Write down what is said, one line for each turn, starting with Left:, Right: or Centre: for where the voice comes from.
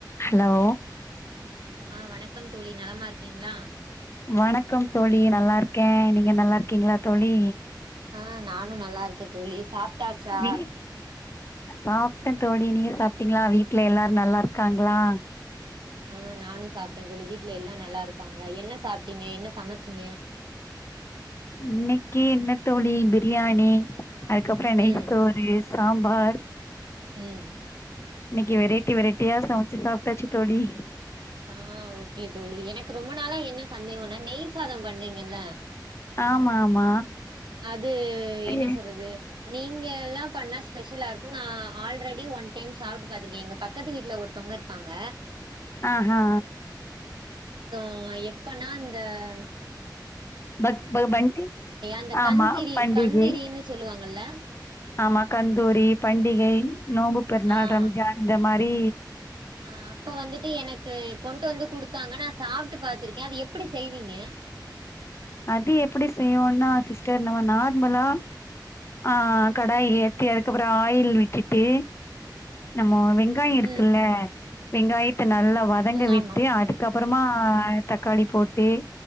Left: Hello
Right: ஆ வணக்கம் தோழி நலமாருக்கீங்ளா
Left: வணக்கம் தோழி நல்லார்க்கே நீங்க நல்லார்க்கீங்ளா தோழி
Right: ஆ நானு நல்லாருக்கே தோழி சாப் ட்டாச்சா
Left: வீ சாப்ட்டே தோழி நீங்க சாப்ட்டீங்ளா வீட்ல எல்லாரு நல்லார்க்காங்ளா
Right: ம் நானு சாப்ட்டே தோழி வீட்ல எல்லா நல்லாருக்காங்க என்ன சாப்டீங்க என்ன சமச்சிங்க
Left: இன்னக்கி என்னத் தோழி பிரியாணி அதுக்கப்றோ நெய்
Right: ம்
Left: சோரு சாம்பார்
Right: ம்
Left: இன்னிக்கி வெரைட்டி வெரைட்டியா சமச்சு சாப்ட்டாச்சு தோழி
Right: ஆ ஓகே தோழி எனக்கு ரொம்ப நாளா என்ன சந்தேகம்னா நெய் சாதம் பண்றீங்கல்ல
Left: ஆமா ஆமா
Right: அது என்ன
Left: ஐய
Right: சொல்றது உ நீங்க எல்லா பண்ணா ஸ்பெஷலா இருக்கு நா ஆல்ரெடி ஒன் டைம் சாப்ட்டு பாத்திருக்கே எங்க பக்கத்து வீட்ல ஒருத்தவங்க இர்ப்பாங்க
Left: ஆஹ ஆ
Right: ஓ எப்ப <unintelligible>
Left: பட் ப பண்டி
Right: அந்த
Left: ஆமா
Right: கண்திரி
Left: பண்டிகை
Right: கண்திரின்னு சொல்லுவாங்கல்ல
Left: ஆமா கந்தூரி பண்டிகை நோம்பு பெருநாள்
Right: ஆ
Left: ரம்ஜான் இந்த மா வி
Right: ஆ அப்ப வந்துட்டு எனக்கு கொண்ட்டு வந்து குடுத்தாங்க நா சாப் ட்டு பாத்துருக்கே அது எப்பிடி செய்வீங்க
Left: அது எப்படி செய்வோன்னா சிஸ்டர் நம்ம நார்மலா ஆ ஆ கடாய ஏத்தி அதுக்கப்பற ஆயில் விட்டுட்டு நம்மோ வெங்காய இருக்குல்ல
Right: ம்
Left: வெங்காயத்த நல்லா வதங்க
Right: ம்
Left: விட்டு
Right: ஆமா
Left: அதுக்கப் பறமா தக்காளி போட்டு